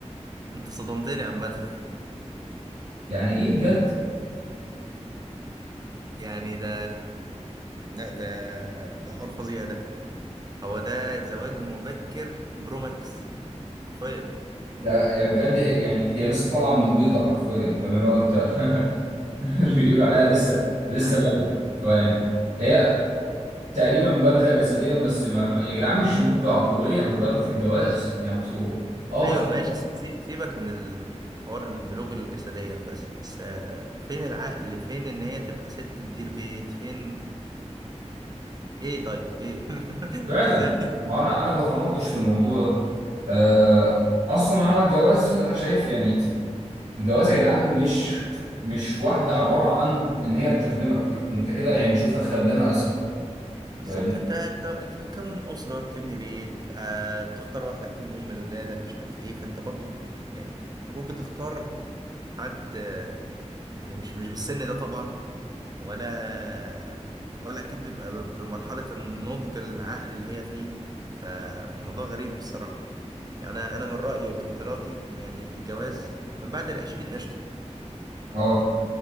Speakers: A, on the right; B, on the right.
A: انت صدمتني عامة
B: يعني ايه بجد؟
A: يعني ده لا ده ده حوار فظيع ده هو ده زواج مبكر برو ماكس حرفيا
B: ده يعني بجد هي يعني هي لسه طالعة من البيضة حرفيا فاهم اللي هو انت <laughs> بيقولوا عليها لسه لسه
A: عن
B: بالغة فيعني هي تقريبا مبالغه جسديا بس ما ما- يا جدعان مش نضج عقليا لدرجه الجواز يعني انتوا اه
A: ايوه
B: بتخليك
A: ماشي سي- سي- سيبك من الحوار البلوغ الجسديا بس آه، فين العقل فين ان هي تبقى ست تدير بيت فين ايه طيب ايه <laughs>
B: فعلا
A: ازاي
B: ما هو انا انا بتناقش في الموضوع ده آه، اصلا انا الجواز انا شايف يعني الجواز يا جدعان مش مش واحده عباره عن ان هي بتخدمك انت كده يعني شوف لك خدامه اسهل
A: بالظبط
B: فاهمني
A: انت انت انت بتكون اسره بتبني بيت آه بتختار واحده تكون ام لاولادك مش عارف ايه فانت برضو بت يعني المفروض بتختار حد يعني مش مش بالسن ده طبعا ولا ولا اكيد بيبقى ب- بمرحله النضج العقلي اللي هي فيه ف- فموضوع غريب الصراحه يعني انا أنا من رايي وتفضيلاتي ان يعني الجواز من بعد العشرين قشطه
B: اه